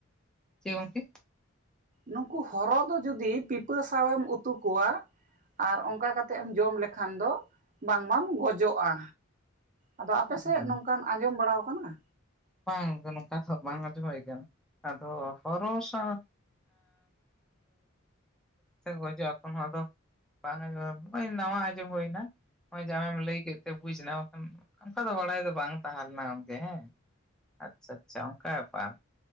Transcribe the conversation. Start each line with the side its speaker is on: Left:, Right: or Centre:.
Centre: ᱪᱮ ᱜᱚᱝᱠᱮ
Right: ᱱᱩᱠᱩ ᱦᱚᱨᱚ ᱫᱚ ᱡᱩᱫᱤ ᱯᱤᱯᱟᱹ ᱥᱟᱶᱮᱢ ᱩᱛᱩ ᱠᱚᱣᱟ ᱟᱨ ᱚᱱᱠᱟ ᱠᱟᱛᱮ ᱠᱟᱛᱮᱮᱫ ᱮᱢ ᱡᱚᱢ ᱞᱮᱠᱷᱟᱱ ᱫᱚ ᱵᱟᱝ ᱵᱟᱢ ᱜᱚᱡᱚᱜ-ᱟ᱾ ᱟᱫᱚ ᱟᱯᱮᱥᱮᱫ
Centre: ᱚ
Right: ᱱᱚᱝᱠᱟᱱ ᱟᱸᱡᱚᱢ ᱵᱟᱲᱟ ᱟᱠᱟᱱᱟ?
Centre: ᱵᱟᱝ ᱜᱚᱝᱠᱮ ᱱᱚᱝᱠᱟ ᱫᱚ ᱵᱟᱝ ᱟᱸᱡᱚᱢ ᱦᱩᱭ ᱠᱟᱱᱟ ᱟᱫᱚ ᱦᱚᱨ ᱥᱟᱶ ᱮᱸ <unintelligible> ᱜᱚᱡᱚᱜ-ᱟ ᱠᱚ ᱱᱚᱣᱟ ᱫᱚ ᱵᱟᱝ ᱟᱸᱡᱚᱢ ᱦᱚᱜ-ᱚᱭ ᱱᱟᱣᱟ ᱟᱸᱡᱚᱢ ᱦᱩᱭᱱᱟ᱾ ᱱᱚᱜ-ᱚᱭ ᱡᱮ ᱟᱢᱮᱢ ᱞᱟᱹᱭ ᱠᱮᱜ ᱛᱮ ᱵᱩᱡᱽᱱᱟ ᱵᱟᱠᱷᱟᱱ ᱚᱝᱠᱟ ᱫᱚ ᱵᱟᱲᱟᱭ ᱫᱚ ᱵᱟᱝ ᱛᱟᱦᱮᱸ ᱞᱮᱱᱟ ᱜᱚᱝᱠᱮ ᱦᱮᱸ᱾ ᱟᱪᱷᱟ ᱟᱪᱷᱟ ᱚᱝᱠᱟ ᱵᱮᱯᱟᱨ